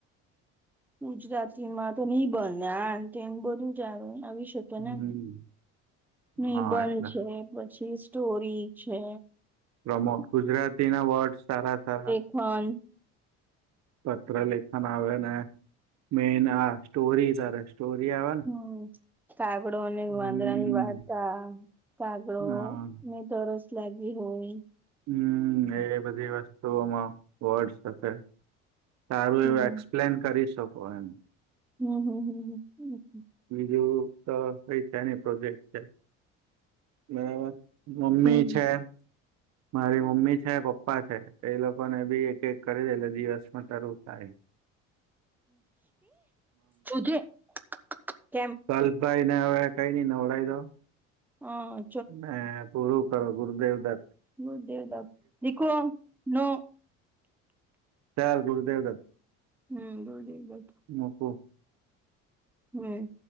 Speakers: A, in the centre; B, on the right (about 60°).
A: ગુજરાતીમાં તો નહી બને આ એમ બધું જાણ આવી શકે તને
B: હમ
A: નિબંધ
B: હા એટલે
A: છે પછી સ્ટોરી છે
B: પ્રમો ગુજરાતી ના વર્ડ સારા સારા
A: ફન
B: પત્ર લેખન આવે ને મેન આ સ્ટોરી તારે સ્ટોરી આવે ને
A: હમ્મ. કાગડો ને
B: હમ
A: વાંદરાની વાર્તા કાગડો
B: હા
A: ને તો રસ લાગી હોય
B: હમ્મ એ બધી વાત માં વર્ડ સાથે સારું
A: હમ
B: એવું એક્સપ્લેન કરી શકો એમ
A: હમ હમ્મ હમ્મ હમ્મ.
B: બીજું તો કઈ છેની પ્રોજેક્ટ છે બરાબર મમ્મી
A: હમ
B: છે મારી મમ્મી છે પપ્પા છે એ લોકો ને બી એક એક કરી દે તો દિવસમાં તારું થાય <inaudible>
A: શું જે <inaudible> કેમ
B: કલ્પ આઇન કઈ ને આવે નવડાવી દો.
A: હા.
B: ના પૂરું કરો ગુરુદેવ દસ
A: નુ ધ્યાન રાખું દીખો નો
B: કયા ગુરુદેવ રથ
A: હમ્મ રોઈની બાજુ
B: મોકો
A: હમ્મ.